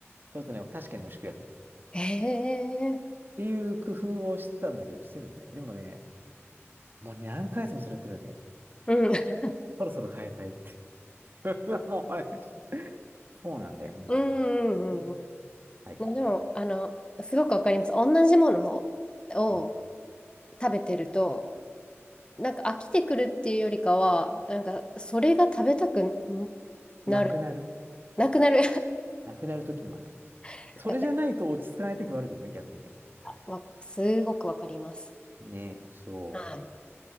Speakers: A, on the right; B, on the left.
A: そうするとね、確かに美味しく焼く。っ
B: ええ
A: ていう工夫をしてたんだけど、してるのね。でもね、もう何回もそれやってるわけ。
B: うん。
A: そろそろ変えたいって。<laughs> もうはいそうなんだよね。
B: うんうんうん
A: うん、はい。
B: うん。でも、あの、すごくわかります。同じものを、
A: うん。
B: 食べてると、なんか飽きてくるっていうよりかは、なんかそれが食べたく
A: なくなる。
B: なる、なくなる。
A: なくなる時もある。
B: <laughs>
A: それじゃないと落ち着かない時もあるけどね、
B: わか
A: 逆にね。
B: わすごくわかります。
A: ね、そ
B: はい。